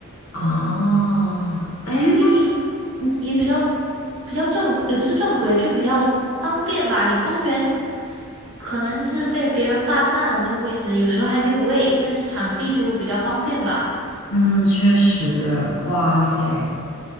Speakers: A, on the left; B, on the right.
A: 啊，哎，
B: 因为
A: 那嗯
B: 也比较比较正，也不是正规，就比较方便吧。你公园可能是被别人霸占了那个位置，有时候还没有位，但是场地就比较方便吧。
A: 嗯，确实，哇塞，